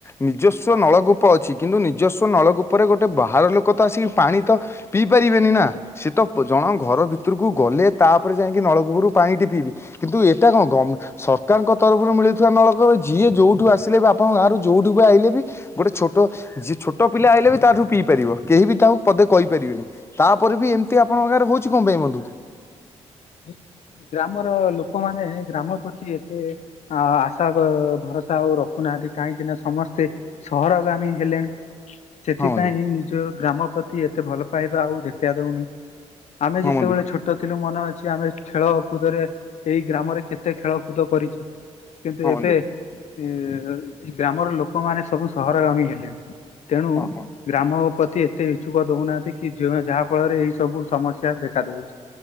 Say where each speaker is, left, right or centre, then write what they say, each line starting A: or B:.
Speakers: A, on the left (about 20°); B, on the left (about 65°).
A: ନିଜସ୍ୱ ନଳକୂପ ଅଛି କିନ୍ତୁ ନିଜସ୍ୱ ନଳକୂପରେ ଗୋଟେ ବାହାର ଲୋକ ତ ଆସିକି ପା ଣି ତ ପିଇ ପାରିବେନି ନା। ସେ ତ ଜଣ ଘର ଭିତରକୁ ଗଲେ ତାପରେ ଯାଇକି ନଳକୂପରୁ ପାଣି ଟି ପିଇବି କିନ୍ତୁ ଏଟା କଣ ଗମ୍ ସରକାରଙ୍କ ତରଫରୁ ମିଳୁଥିବା ନଳକ ଯିଏ ଯୋଉଠୁ ଆସିଲେ ବି ଆପଣଙ୍କ ଗାଁ ଯୋଉ ଠୁ କୁ ଆଇଲେ ବି ଗୋଟେ ଛୋଟ ଜ୍ ଛୋଟ ପିଲା ଆଇଲେ ବି ତାଠୁ ପିଇ ପାରିବ କେହି ବି ତାକୁ ପଦେ କହି ପେରିବେ ତାପରେ ବି ଏମତି ଆପଣଙ୍କ ଗାଁ ରେ ହୋଉଛି କଅଁ ପାଇଁ ବନ୍ଧୁ?
B: <inaudible> ଗ୍ରାମର ଲୋକମାନେ ଗ୍ରାମ ପ୍ରତି ଏତେ ଆ ଆଶା ବା ଭରସା ଆଉ ରଖୁ ନାହାନ୍ତି। କାହିଁକି ନା ସମସ୍ତେ ସହରଗାମୀ ହେଲେଣି ସେଥି
A: ହଁ ବନ୍ଧୁ
B: ପାଇଁ ନିଜ ଗ୍ରାମ ପ୍ରତି ଏତେ ଭଲ ପାଇବା ଆଉ ଦେଖା ଦେଉନି। ଆମେ
A: ହଁ
B: ଯେତେବେଳେ
A: ବନ୍ଧୁ
B: ଛୋଟ ଥିଲୁ। ମନେ ଅଛି ଆମେ ଖେଳକୁଦରେ ଏହି ଗ୍ରାମରେ କେତେ ଖେଳକୁଦ କରିଛି କିନ୍ତୁ
A: ହଁ
B: ଏବେ
A: ବନ୍ଧୁ
B: ଇ ଏଇ ଗ୍ରାମର ଲୋକମାନେ ସବୁ ସହରଗାମୀ ହେଲେଣି। ତେଣୁ
A: ହଁ।
B: ଗ୍ରାମ ଓ ପ୍ରତି ଏତେ ଇଚ୍ଛୁକ ଦଉନାହାନ୍ତି କି ଜ୍ୱି ଯାହା ଫଳରେ ଏଇ ସବୁ ସମସ୍ୟା ଦେଖା ଦେଉଛି।